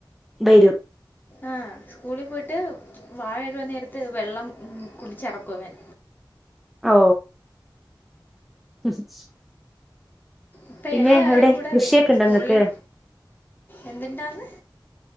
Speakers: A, in the centre; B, on the left (about 25°).
A: വരും
B: ആ സ്കൂളി പോയിട്ട് വാ കഴുവാൻ നേരത്ത് വെള്ളം കുടിച്ചെറുക്കും ഇവൻ
A: ഔ <unintelligible>
B: ഇപ്പ
A: പിന്നെ
B: ഇളയാളെ
A: അവിടെ
B: കൂടെ
A: കൃഷിയൊക്കെ
B: വി
A: ഉണ്ടോ
B: സ്കൂളില്
A: നിങ്ങൾക്ക്
B: എന്തിണ്ടാന്ന്